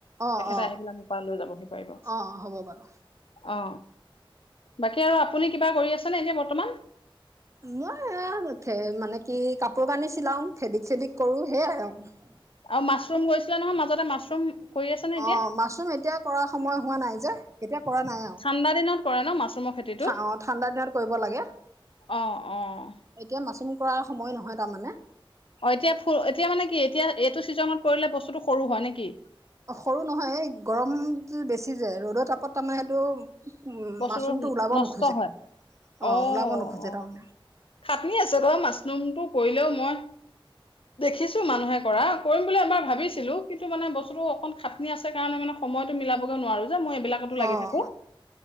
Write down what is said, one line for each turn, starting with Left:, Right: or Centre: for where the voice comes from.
Right: অ
Left: তেখেতে
Right: অ
Left: আহি পাৰ্লাৰলৈ যাবহি পৰিব
Right: অ হ'ব বাৰু
Left: অ। বাকী আৰু আপুনি কিবা কৰি আছেনে এতিয়া বৰ্তমান?
Right: মই মানে কি কাপোৰ কানি চিলাও ফেদিক চেদিক কৰো সেয়াই আৰু।
Left: আৰু মাছৰুম গৈছিলে নহয় মাজতে মাছৰুম কৰি আছেনে এতিয়া
Right: অ মাছৰুম এতিয়া কৰা সময় হোৱা নাই যে এতিয়া কৰা নাই আৰু
Left: ঠাণ্ডা দিনত কৰে ন মাছৰুমৰ খেতিটো
Right: ঠা-ঠাণ্ডা দিনত কৰিব লাগে এতিয়া
Left: অঁ অঁ
Right: মাচম কৰাৰ সময় নহয় তাৰমানে।
Left: অঁ এতিয়া ফু এতিয়া মানে কি এতিয়া এইটো ছিজনত কৰিলে বস্তুটো সৰু হয় নেকি?
Right: অ সৰু নহয় এই গৰম বেছি যে ৰ'দৰ তাপত তামানে সেইটো
Left: বস্তুোটো
Right: মাছৰুমটো ওলাব
Left: নষ্ট
Right: নোখোজে
Left: হয়
Right: অঁ
Left: আহ
Right: ওলাব নোখোজে
Left: অ
Right: তাৰমানে
Left: খাটনি আছে তই মাছৰুমটো কৰিলেও মই দেখিছো মানুহে কৰা কৰিম বুলি এবাৰ ভাবিছিলো কিন্তু মানে বস্তুতটো অকন খাটনি আছে কাৰণে মানে সময়তো মিলাবগে নোৱাৰো। যে মই এইবিলাকতো লাগি
Right: অঁ
Left: থাকো।